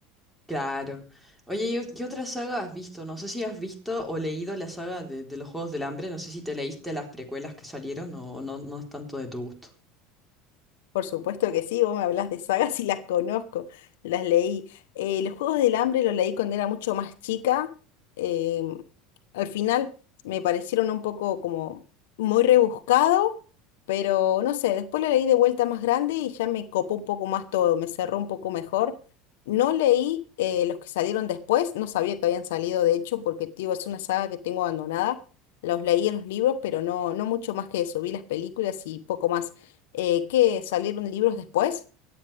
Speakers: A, in the centre; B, on the left.
A: Claro. Oye, ¿y o- qué otra saga has visto? No sé si has visto o leído la saga de, de los Juegos del Hambre. No sé si te leíste las precuelas que salieron o no, no es tanto de tu gusto.
B: Por supuesto que sí, vos me hablas de sagas y las conozco, las leí. Eh, los Juegos del Hambre los leí cuando era mucho más chica. em, al final me parecieron un poco como muy rebuscado, pero no sé, después lo leí de vuelta más grande y ya me copó un poco más todo, me cerró un poco mejor. No leí eh, los que salieron después, no sabía que habían salido de hecho, porque tío, es una saga que tengo abandonada. Los leí en los libros, pero no, no mucho más que eso. Vi las películas y poco más eh, que salieron libros después.